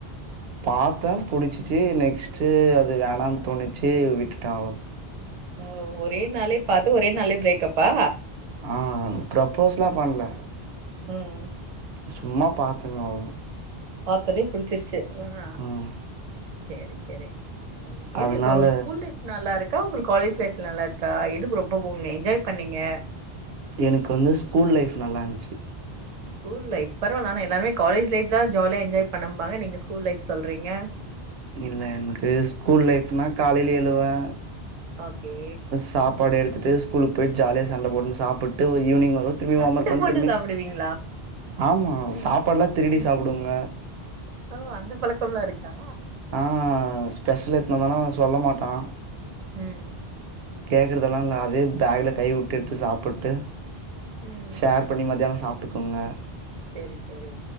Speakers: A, on the right; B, on the right.
A: பாத்தே புடிச்சிச்சு நெக்ஸ்ட்டு அது வேணாம்னு தோணிச்சி விட்டுட்டே அவ்ளோ
B: ஓ ஒரே நாளே பாத்து ஒரே நாளே ப்ரேக் அப்பா
A: ஆ ப்ரப்போஸ்லா பண்ல
B: ம்
A: சும்மா பாத்தேங்க அவ்
B: பாத்தொனே புடிச்சிருச்சு ஆ
A: ம்
B: சேரி சேரி இது
A: அதனால
B: இப்ப கொஞ் ஸ்கூல் லைஃப் நல்லாருக்கா உங்களுக்கு காலேஜ் லைஃப் நல்லாருக்கா எதுக்கு ரொம்ப போங் என்ஜாய் பண்ணீங்க
A: எனக்கு வந்து ஸ்கூல் லைஃப் நல்லா இருந்துச்சு
B: ஸ்கூல் லைஃப் பரவால நானே எல்லாருமே காலேஜ் லைஃப் தா ஜாலியா என்ஜாய் பண்ணேம்பாங்க நீங்க ஸ்கூல் லைஃப் சொல்றீங்க
A: இல்ல என்கு ஸ்கூல் லைஃப்னா காலைல எழுவே
B: ஓகே
A: சாப்பாடு எடுத்துட்டு ஸ்கூலுக்கு போய்ட்டு ஜாலியா சண்ட போட்னு சாப்புட்டு ஈவினிங் வருவே திரும்பி
B: சண்ட
A: ஓம்வொர்க்பண்
B: போட்டு
A: திரும்பி
B: சாப்டுவீங்களா
A: ஆமா
B: ம்
A: சாப்பாடெல்லா திருடி
B: ம்
A: சாப்டுவேங்க
B: ஓ அந்த பழக்கம் ல்லா இருக்கா
A: ஆ ஸ்பெஷல் எடுத்து வந்தானா சொல்ல மாட்டா
B: ம்
A: கேட்கறதெல்லா இல்ல அதே பேக்ல கை வுட்டு எடுத்து சாப்புட்டு
B: ம்
A: ஷேர் இப்ப நீ மத்யானோ சாப்ட்டு தூங்க
B: செரி செரி